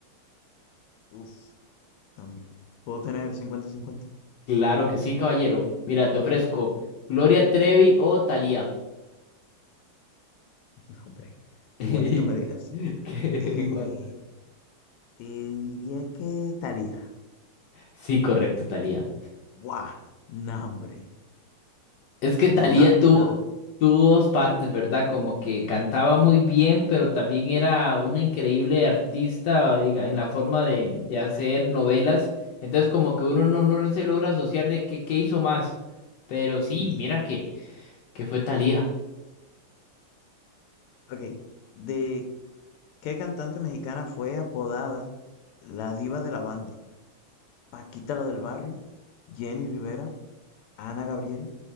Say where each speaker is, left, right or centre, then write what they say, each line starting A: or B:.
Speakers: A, on the left; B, on the left.
A: Uf, no, hombre. ¿Puedo tener cincuenta cincuenta?
B: Claro que sí, caballero. Mira, te ofrezco Gloria Trevi o Thalía.
A: <laughs> No, hombre. Igualito
B: <laughs>
A: me dejas.
B: Que
A: Eh,
B: Igual.
A: te diría que Thalía.
B: Sí, correcto, Thalía.
A: ¡Buah! No, hombre.
B: Es que
A: Adivinada,
B: Thalía
A: adivinada.
B: tuvo, tuvo dos partes, ¿verdad? Como que cantaba muy bien, pero también era una increíble artista, diga, en la forma de, de hacer novelas. Entonces, como que uno no, no se logra asociar de qué, qué hizo más. Pero
A: Sí.
B: sí, mira que, que fue Thalía.
A: Ok, ¿de qué cantante mexicana fue apodada la diva de la banda? ¿Paquita la del barrio? ¿Jenny Rivera? ¿Ana Gabriel?